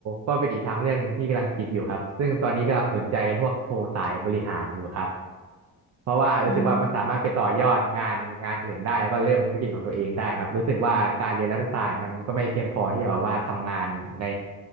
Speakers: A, on the right (about 50°); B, on the right (about 20°).
A: ก็เป็นอีกทางเรื่องหนึ่งที่กำลังคิดอยู่ครับซึ่งตอนนี้กำลังสนใจพวกโทสายบริหารอยู่ครับ เพราะว่ารู้สึกว่ามันสามารถไปต่อยอดงานงานอื่นได้แล้วก็เริ่มธุรกิจของตัวเองได้ครับรู้สึกว่าการเรียนรัฐศาสตร์มันก็ไม่เพียงพอที่จะแบบว่าทำงานใน
B: อืม